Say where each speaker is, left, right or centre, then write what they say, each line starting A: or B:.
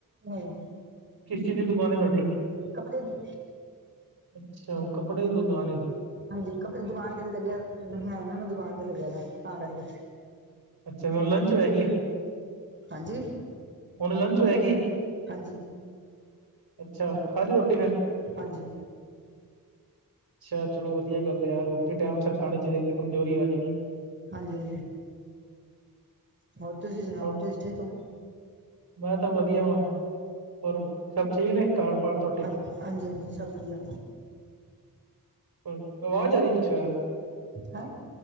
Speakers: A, on the right; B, on the right.
A: ਨਹੀਂ
B: ਕਿਸ ਚੀਜ ਦੀ ਦੁਕਾਨ ਐ ਤੁਆਡੀ?
A: ਕੱਪੜੇ ਦੀ?
B: ਅੱਛਾ, ਕੱਪੜੇ ਦੀ ਦੁਕਾਨ ਏ।
A: ਹਾਂਜੀ ਕੱਪੜੇ ਦੀ ਦੁਕਾਨ ਤੇ ਲੱਗੇਆ, ਲਗੇਆ ਹੋਆ ਨਾ ਮੈਂ ਦੁਕਾਨ ਤੇ ਲੱਗੇਆ ਦਾ ਤਾ ਕਰ ਕੇ।
B: ਅੱਛਾ, ਹੋ ਲੰਚ ਹੋਯਾ ਕੀ?
A: ਹਾਂਜੀ।
B: ਹੋਣ ਲੰਚ ਹੋਯਾ ਕੀ?
A: ਹਾਂਜੀ।
B: ਅੱਛਾ ਖਾ ਲੀ ਰੋਟੀ ਫੇਰ?
A: ਹਾਂਜੀ।
B: ਅੱਛਾ ਚਲੋ ਵਦੀਆ। ਚਲ ਰੇਆ ਰੋਟੀ ਟਾਈਮ ਸਰ ਖਾਨੀ ਚਾਈਦੀ ਏ ਨਈ ਤੇ ਕਮਜੋਰੀ ਆ ਜਾਣੀ ਏ।
A: ਹਾਂਜੀ ਹੋਰ ਤੁਸੀਂ ਸੁਣਾਓ,
B: ਹੋਰ
A: ਤੁਸੀਂ ਠੀਕ ਓ?
B: ਮੈਂ ਤਾਂ ਵਦੀਆ ਵਾਂ, ਹੋਰ ਸਬ ਠੀਕ ਨੇ ਕਾਰੋਬਾਰ ਤੁਆਡੇ।
A: ਹਾਂਜੀ-ਹਾਂਜੀ, ਸਬ ਵਦੀਆ।
B: ਅਅਵਾਜ਼ ਆਰੀ ਪਿੱਛੋਂ ਯਾਰ।
A: ਹੈਂ,